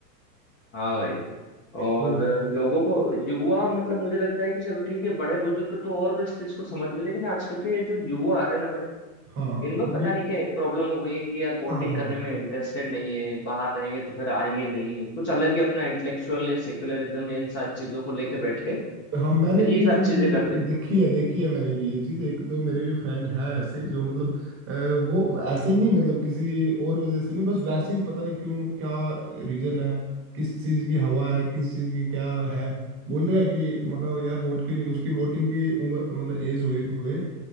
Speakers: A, on the left (about 25°); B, on the right (about 25°).
A: हाँ भाई और
B: ये-
A: लोगों को युवा मतलब मुझे लगता है कि चलो ठीक है बड़े बुजुर्ग तो और इस चीज को समझ रहे लेकिन आजकल के ये जो युवा आ रहे हैं ना भाई
B: हाँ
A: इनमें पता
B: ये
A: नहीं क्या एक प्रॉब्लम हो गई है कि यार बोटिंग
B: हाँ हाँ हाँ
A: करने में इंटरेस्टेड नहीं है बाहर रहेंगे तो फिर आएंगे नहीं कुछ अलग ही अपना इंटेलेक्चुअल या सेक्युलरिज्म या इन सारी चीजों को लेके बैठ के
B: हाँ मैंने
A: फिर
B: भी
A: ये
B: ये
A: सारी
B: चीज
A: चीजें
B: मतलब
A: करते
B: देखी है देखी है मैंने भी ये चीज एक दो मेरे भी फ्रेंड हैं ऐसे जो मतलब अ, वो ऐसे नहीं मतलब किसी और वजह से नहीं बस वैसे ही पता नहीं क्यों क्या रीजन है किस चीज की हवा है किस चीज की क्या है बोल रहे हैं कि मगर यार वोट क्यों नहीं उसकी वोटिंग की उम्र मतलब एज हुए हुए